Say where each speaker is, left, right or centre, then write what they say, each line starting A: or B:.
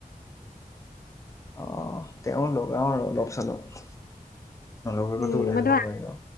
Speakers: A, on the left; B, on the left.
A: আহ তেওঁ লগাও আৰু অলপ চলপ। নলগোৱাকে
B: উম
A: টো ওলাই
B: মই
A: যাব
B: তোমাক
A: নোৱাৰি ন।